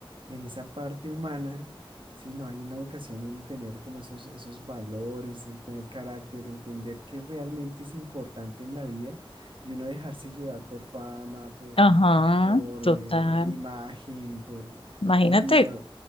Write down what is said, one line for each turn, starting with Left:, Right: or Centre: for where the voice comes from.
Right: en esa parte humana, ¿sí? No hay una educación en tener como esos, esos valores, eh, tener carácter, entender qué realmente es importante en la vida y uno dejarse llevar por fama, por,
Left: Ajá,
Right: por
Left: total.
Right: eh, imagen, por,
Left: Imagínate.
Right: y, y no,